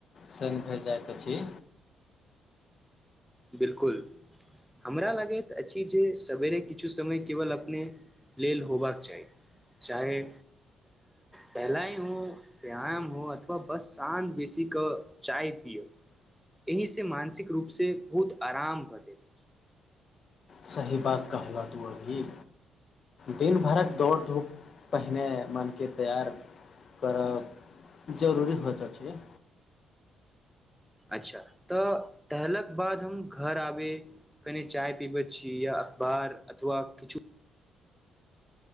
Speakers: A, on the left (about 50°); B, in the centre.
A: सङ्ग भ जाइत अछि
B: बिलकुल हमरा लगैत अछि जे सवेरे किछु समय केवल बिल्कुल बिल्कुल हमरा लागैत अछि जे सबेरे किछु समय केबल अपने लेल होबाक चाही चाहे टहलाइ हो व्यायाम हो अथवा बस साँझ बेसीे चाय पियो एहिसँ मानसिक रूपसँ। बहुत आराम भ जैत अछि
A: सही बात कहलह दूर भी दिन भरक दौड़ धूप पहिने मन के तैयार करब जरूरी होइत अछि
B: अच्छा तऽ टहलक बाद हम घर आबे कने चाय पीबैत छी या अखबार अथवा किछु